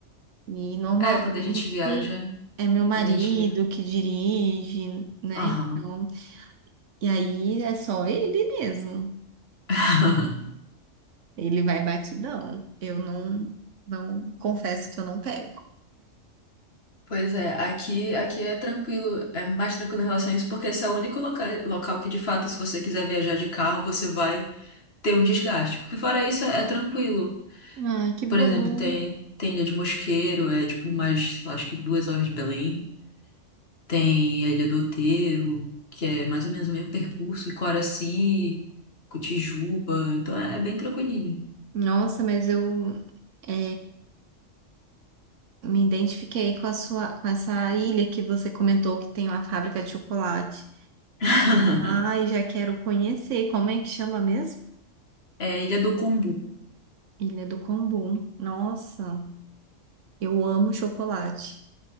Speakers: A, on the right; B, on the left.
A: E normalmente
B: É, quando a gente viaja,
A: é meu marido
B: quando a gente vê.
A: que dirige, né?
B: Aham.
A: Então, e aí é só ele mesmo.
B: <laughs>
A: Ele vai batidão. Eu não, não confesso que eu não pego.
B: Pois é, aqui, aqui é tranquilo, é mais tranquilo em relação a isso, porque esse é o único local, local que, de fato, se você quiser viajar de carro, você vai ter um desgaste. Porque fora isso, é, é tranquilo.
A: Ah, que bom.
B: Por exemplo, tem, tem Ilha de Mosqueiro, é tipo mais, eu acho que duas horas de Belém. Tem a Ilha do Outeiro, que é mais ou menos o mesmo percurso, e Coraci, Cotijuba, então é, é bem tranquilinho.
A: Nossa, mas eu é, me identifiquei com a sua, com essa ilha que você comentou que tem uma fábrica de chocolate.
B: <laughs>
A: Ai, já quero conhecer. Como é que chama mesmo?
B: É a Ilha do Combu.
A: Ilha do Combu. Nossa, eu amo chocolate.